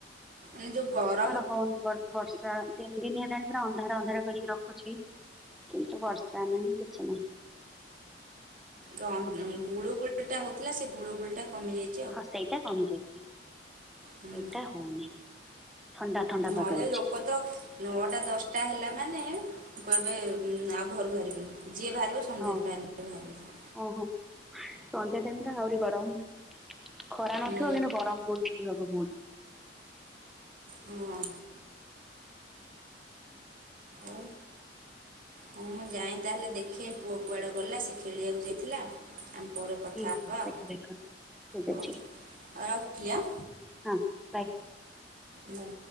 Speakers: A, on the right; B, in the centre.
A: ମାନେ ଯଉ ଗର
B: କୁଆଡେ ହଉନି କୁଆଡେ ବର୍ଷା ତିନି ଦିନ ହେଲାଣି ପୁରା ଅନ୍ଧାର ଅନ୍ଧାର କରିକି ରଖୁଚି କିନ୍ତୁ ବର୍ଷା ନାହିଁ କିଛି ନାହିଁ।
A: ଯ ଅ ଗୁଳୁଗୁଳି ଟା ହଉଥିଲା, ସେ ଗୁଳୁଗୁଳି ଟା କମି ଯାଇଚି।
B: ହଁ ସେଇଟା କମି ଯାଇଚି,
A: ହୁଁ
B: ଏଇଟା ହଉନି। ଥଣ୍ଡା ଥଣ୍ଡା
A: ନହେଲେ
B: ପାଗ ଅଛି।
A: ଲୋକ ତ ନଅଟା ଦଶଟା ହେଲା ମାନେଁ କହିବେ! ଆଉ ଘରୁ ବାହାରିବିନି ଯିଏ ବାହାରିବ ସନ୍ଧ୍ୟା
B: ହଁ
A: ଟାଇମ୍ ରେ ବାହାରନ୍ତି।
B: ଓହୋ, ସନ୍ଧ୍ୟା ଟାଇମ ଟା ଆହୁରି ଗରମ। ଖରା
A: ହୁଁ
B: ନଥିବ କିନ୍ତୁ ଗରମ ଗୁଳୁଗୁଳି ହବ ବୋହୁତ।
A: ହଁ। ଉଁ ହଁ ମୁଁ ଯାଇଁ ତାହେଲେ ଦେଖ କେ ପୁଅ କୁଆଡ଼େ ଗଲା ସେ ଖେଳିବାକୁ ଯାଇଥିଲା। ଆମେ ପରେ କଥା
B: ହୁଁ
A: ହେବା
B: ଦେଖା
A: ଆଉ,
B: ଦେଖା ଠିକ୍
A: ହଉ
B: ଅଛି
A: ଆ ରଖିଲି ଆଁ।
B: ହଁ, ବାଏ।
A: ନାଁ